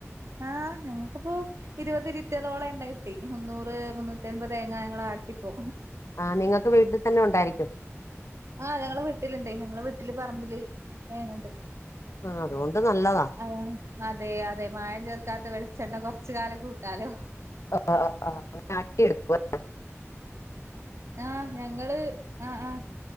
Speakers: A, on the right; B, on the left.
A: ആഹ് ങ്ങക്കിപ്പോ ഇരുപത് ലിറ്ററൊളം എണ്ണ കിട്ടി. മുന്നൂറ് മുന്നൂറ്റി അൻപതെങ്ങ ഞങ്ങളാട്ടിപ്പോ
B: ആ നിങ്ങൾക്ക് വീട്ടി തന്നെ ഉണ്ടായിരിക്കും
A: ആഹ് ഞങ്ങളെ വീട്ടില്ണ്ട് ഞങ്ങള് വീട്ടില് പറമ്പില് തെങ്ങണ്ട്.
B: ആ അതുകൊണ്ട് നല്ലതാ
A: ആ അതെ അതെ മായം ചേർക്കാത്ത വെളിച്ചെണ്ണ കുറച് കാലം കൂട്ടാലോ.
B: ആ് ആ നാട്ടിയ എടുക്കുംട
A: ആഹ് ഞങ്ങള് ആഹ ആഹ